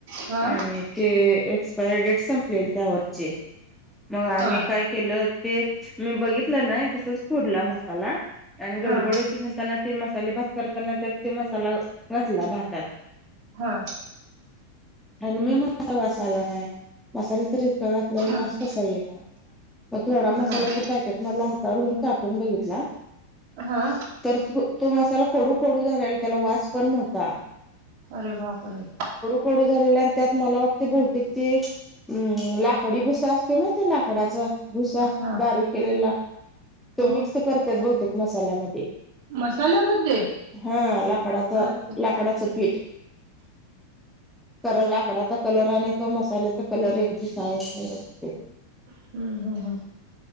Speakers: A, on the right; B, in the centre.
A: हा
B: आणि ते एक्सपायरी डेट संपलेली त्यावरची. मग आम्ही
A: हा
B: काय केलं, ते मी बघितलं नाही तसच फोडला मसाला. आणि गडबड
A: हा
B: होती म्हणताना ते मसाले भात करताना, त्यात ते मसाला घातला भातात.
A: हा.
B: आणि मी म <unintelligible> वास आला नाही. मसाला तरी इतका घातलाय आणि वास
A: हा
B: कसा येईना, मग थोडा मसाला
A: हा
B: ते पॅकेट मधला हातावर चाटून बघितला.
A: हा?
B: तर त तो मसाला कडू कडू झालेला त्याला वास पण नव्हता.
A: अरे बाप रे.
B: कडू झालेला आन त्यात मला वाटतंय बहुतेक ते अं लाकडी भुसा अस ते माहित आहे लाकडाच भुसा
A: हा
B: बारीक केलेला? तो
A: हो
B: मिक्स करत्यात बहुतेक मसाल्यामध्ये.
A: मसाल्यामध्ये
B: हा लाकडाचा
A: अरे
B: लाकडाचं
A: बापरे
B: पीठ. खरं लाकडाचा कलर आणि तो मसाल्याचा कलर एक दिसाय <unintelligible>
A: हम्म हं हं.